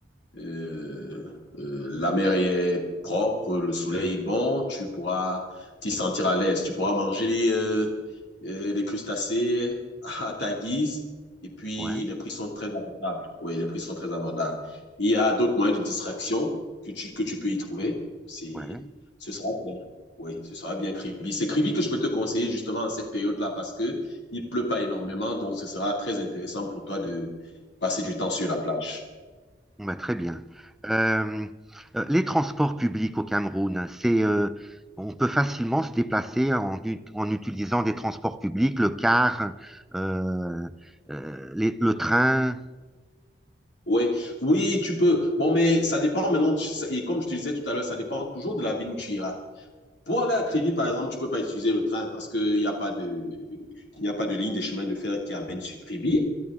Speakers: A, on the left (about 70°); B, in the centre.
A: Euh, euh, la mer est propre, le soleil est bon, tu pourras t'y sentir à l'aise, tu pourras manger euh, euh, des crustacés à ta guise et puis
B: Ouais,
A: les prix sont très abordables. Oui, les prix sont très abordables. Il y a d'autres moyens de distraction que tu, que tu peux y trouver. C'est,
B: ouais.
A: ce sera bien. Oui, ce sera bien Kribi. C'est Kribi que je peux te conseiller justement en cette période-là parce que il pleut pas énormément, donc ce sera très intéressant pour toi de passer du temps sur la plage.
B: Bon, bah, très bien. Euh, euh, les transports publics au Cameroun, c'est, euh, on peut facilement se déplacer en, ut- en utilisant des transports publics, le car, euh, euh, les- le train.
A: Oui, oui, tu peux. Bon, mais ça dépend maintenant. tu- ça- Et comme je te disais tout à l'heure, ça dépend toujours de la ville où tu iras. Pour aller à Crévy, par exemple, tu peux pas utiliser le train parce qu'il n'y a pas de, il n'y a pas de ligne de chemin de fer qui amène sur Crévy.